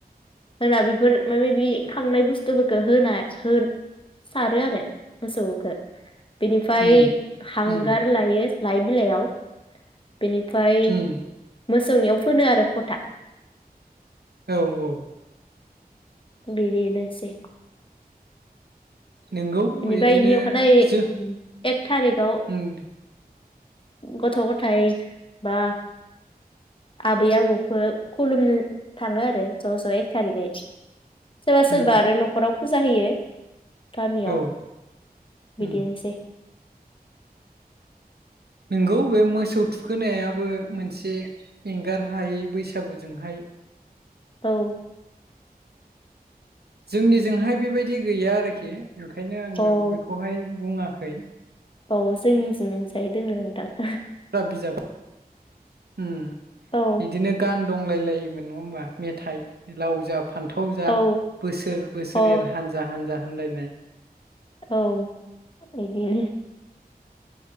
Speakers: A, on the left; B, on the right.
A: होना बेफोर माबा माबि खांनाय बुस्थुफोरखौ होना होन सारो आरो मोसौखौ बिनिफाय
B: उम
A: हांगार
B: उम
A: लायो लाइ बिलाइयाव बेनिफाय
B: उम
A: मोसौनियाव फोनो आरो फथा
B: औ औ
A: बिदिनोसै
B: नोंगौ
A: बेनिफायनि
B: इदिनो
A: अखानायै
B: जो
A: एक थारिखाव
B: उम
A: गथ गथायाइ बा आबै आबौखो खुलुमनो थाङो आरो ज ज एक थारिखयै सोरबा सोरबा
B: उम
A: आरो नखराव फु जा होयो गामियाव
B: औ उम
A: बिदिनोसै
B: नोंगौ बे मोसौ थुखोनायाबो मोनसे एंगार हायै बैसागुजोंहाय
A: औ
B: जोंनि जोंहाय बेबायदि गैया आरोखि बेखायनो आङो
A: औ
B: बेखौहाय बुङाखै
A: औ जोंनिथिंजाय दोङो नोंथां
B: फा बिजाब हुम
A: औ
B: बिदिनो गान दंलाय लायोमोन नङा होमबा मेथाइ लावजाब फान्थाव जा
A: औ
B: बोसोर बोसोर
A: अ
B: एर हानजा हानजा होनलायनाय
A: औ बिदिनो